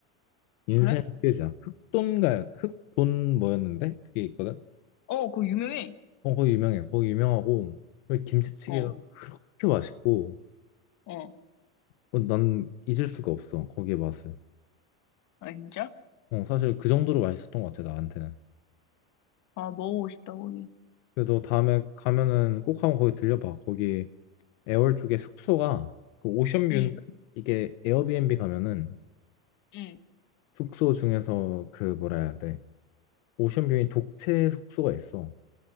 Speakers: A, on the left; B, on the left.
A: 인생
B: 그래?
A: 흑돼지야. 흑돈가 흑돈 뭐였는데 그게 있거든.
B: 어, 그거 유명해.
A: 어 거기 유명해. 거기 유명하고 거기 김치찌개가
B: 어.
A: 그렇게 맛있고
B: 어.
A: 어, 난 잊을 수가 없어 거기의 맛을.
B: 아, 진짜?
A: 어, 사실 그 정도로 맛있었던 것 같아, 나한테는.
B: 아, 먹어보고 싶다, 고기.
A: 그래도 다음에 가면은 꼭 한번 거기 들려봐. 거기 애월 쪽에 숙소가 그 오션뷰인데
B: 응,
A: 이게 에어비앤비 가면은
B: 응.
A: 숙소 중에서 그 뭐라 해야 돼? 오션뷰인 독채 숙소가 있어.